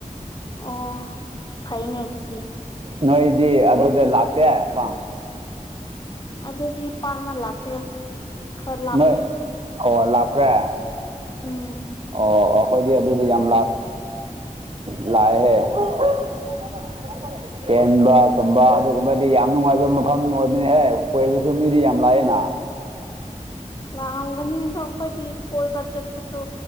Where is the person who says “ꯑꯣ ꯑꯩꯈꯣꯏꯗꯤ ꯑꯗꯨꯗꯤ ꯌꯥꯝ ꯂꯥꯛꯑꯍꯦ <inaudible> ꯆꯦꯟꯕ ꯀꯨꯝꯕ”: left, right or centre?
Right